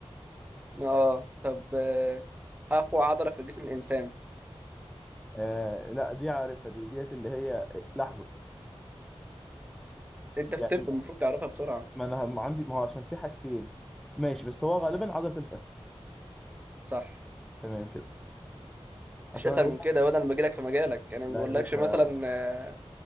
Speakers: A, on the right; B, in the centre.
A: اه طب آه، اقوى عضله في جسم الانسان
B: آه لا دي عارفها دي ديت اللي هي لحظة
A: انت في
B: لا
A: الطب المفروض تعرفها بسرعه
B: ما انا ما عندي ما هو عشان في حاجتين ماشي بس هو غالبا عضلة الفك
A: صح
B: تمام كده
A: مفيش
B: اصل
A: اسهل
B: أنا غالبا
A: من كده وده انا بجيلك في مجالك انا
B: لا
A: ما بقولكش
B: يا باشا
A: مثلا آه،